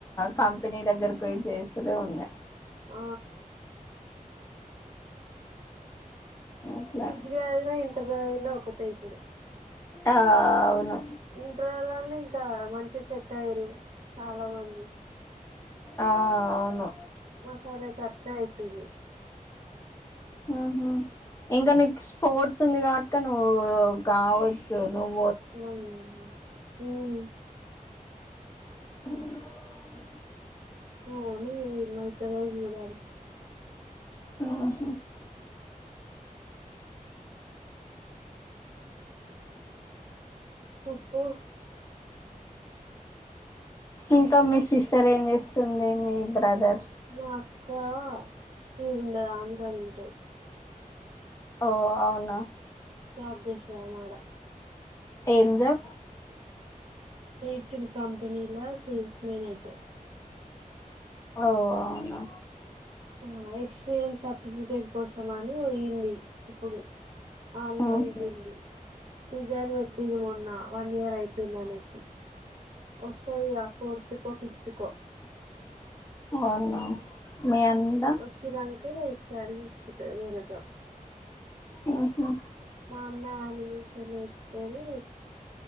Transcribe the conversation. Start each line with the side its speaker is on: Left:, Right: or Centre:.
Left: కం పినీ దగ్గరకు పొయి చేస్తనే ఉండే
Right: ఆ
Left: అట్లా
Right: డిగ్రీ చదివిన ఇం టర్ చదివిన ఒక్కటే ఇప్పుడు.
Left: ఆ అవును
Right: ఇంటరోలన్న ఇంకా మంచిగా సెట్ అయిర్రు చాలా మంది.
Left: ఆ అవును
Right: మసాలా చత్తగైతుంది
Left: హ్మ్ హు ఇంకా నీకు స్పోర్ట్స్ ఉంది కాబట్టిక నువ్వూ కావచ్చు నువ్
Right: మ్మ్ మ్మ్ మ్మ్
Left: మ్
Right: అవును ఎన్నైతాయో చూడాలి.
Left: హ్మ్ హు
Right: చెప్పు
Left: ఇంకా మీ సిస్టర్ ఏం చేస్తుంది మీ బ్రదర్
Right: వా క్కా ఈడుండదు ఆంధ్రాలుంటది
Left: ఓ అవునా
Right: జాబ్ చేస్తదామే ఆడ
Left: ఏం జాబ్?
Right: ఎయిర్టెల్ కంపెనీలో సేల్స్ మేనేజర్.
Left: ఓ అవునా
Right: మ్మ్ ఎక్స్పీరియన్స్ సర్టిఫికెట్ కోసం అని పోయింది. ఇప్పుడు అనే
Left: ఉహు
Right: ఉంటుంది, రిజైన్ పెట్టింది మొన్న వన్ ఇయర్ అయిపోయింది అనేషి వస్తది ఇగ ఫోర్త్కో, ఫిఫ్త్కో
Left: అవునా మీ అన్న
Right: వచ్చిరంకో సైడ్ చూసుకుటది వేరే జాబ్
Left: హ్మ్ హు
Right: మా అన్నా అది సర స్ అదు